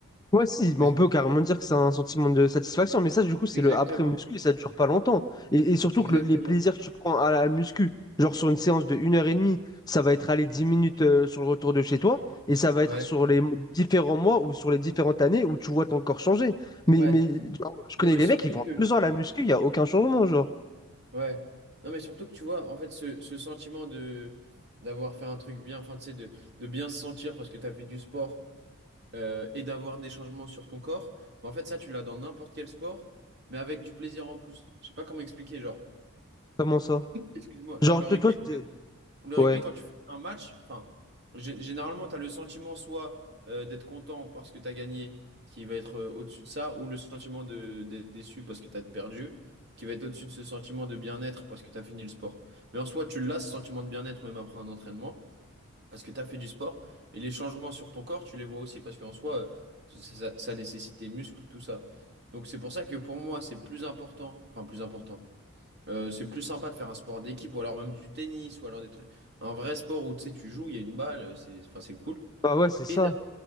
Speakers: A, on the left; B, on the right.
A: Ouais, si,
B: Mais
A: mais on peut carrément dire que c'est un sentiment de satisfaction, mais ça, du coup, c'est
B: exactement,
A: le après muscu et ça dure pas longtemps. Et, et surtout
B: exactement.
A: que le- les plaisirs que tu prends à la muscu, genre sur une séance de une heure et demie, ça va être aller 10 minutes euh, sur le retour de chez toi, et ça va
B: Ouais,
A: être sur les m- différents mois ou sur les différentes années où tu vois ton corps changer. Mais,
B: ouais.
A: mais genre, je
B: Non,
A: connais
B: mais
A: des
B: surtout
A: mecs qui font
B: que,
A: deux heures à la muscu, il n'y a aucun changement, genre.
B: ouais. Non, mais surtout que tu vois, en fait, ce, ce sentiment de d'avoir fait un truc bien, enfin, tu sais, de, de bien se sentir parce que tu as fait du sport euh, et d'avoir des changements sur ton corps. Bah, en fait, ça, tu l'as dans n'importe quel sport, mais avec du plaisir en plus. Je sais pas comment expliquer, genre,
A: Comment ça?
B: excuse-moi, genre
A: Genre,
B: le rugby,
A: t- toi, t'es-
B: le rugby,
A: ouais,
B: quand tu fais un match, enfin, gé- généralement, tu as le sentiment soit euh, d'être content parce que tu as gagné, qui va être euh, au-dessus de ça, ou le sentiment de, d'être déçu parce que tu as perdu, qui va être au-dessus de ce sentiment de bien-être parce que tu as fini le sport. Mais en soi, tu l'as, ce sentiment de bien-être, même après un entraînement parce que tu as fait du sport et les changements sur ton corps, tu les vois aussi parce qu'en soi, euh, ça, ça- ça nécessite tes muscles, tout ça. Donc c'est pour ça que pour moi, c'est plus important, enfin plus important. Euh, c'est plus sympa de faire un sport d'équipe ou alors même du tennis ou alors des trucs. Un vrai sport où tu sais, tu joues, il y a une balle, euh, c'est enfin, c'est cool.
A: bah ouais, c'est ça.
B: Et d'a-